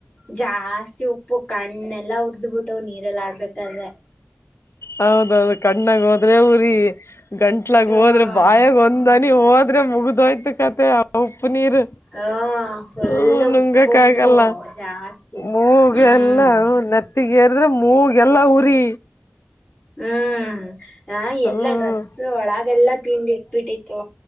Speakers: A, on the left; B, on the left.
A: ಜಾಸ್ತಿ ಉಪ್ಪು ಕಣ್ಣೆಲ್ಲ ಉರ್್ದ್ ಬಿಿಟ್ಟ ನೀರೆಲ್ಲ ಆಡ್ಬೇಕಾದ್ರೆ
B: ಹೌದೌದು ಕಣ್ಣಾಗ ಹೋದ್ರೆ ಉಊರಿ ಗಂಟ್ಲಾಗ
A: ಹ್ಮ್
B: ಹೋದ್ರೆ ಬಾಯಾಗ ಒಂದ ನ ನೀಿ ಹೋದ್ರೆ ಮುಗ್ದೋಯ್ತು ಕತೆ ಉಪ್ಪು ನೀರು
A: ಹ ಫುಲ್
B: ಹ್ಮ ನುಂಗಕ
A: ಉಪ್ಪು ಉಪ್ಪು
B: ಆಗಲ್ಲ
A: ಜಾಸ್ತಿ
B: ಮೂಗ
A: ಹ್ಮ್
B: ಎಲ್ಲ ನೆತ್ತ ಗದ್ರೆ ಮೂಗೆಲ್ಲ ಉರಿ
A: ಹ್ಮ್ ಹ
B: ಹ್ಮ್
A: ಎಲ್ಲಾ ಡ್ರೆಸ್ ಒಳಗೆಲ್ಲಾ ತಿಂಡಿ ಇಟ್ಬಿಟ್ಟಿತ್ತು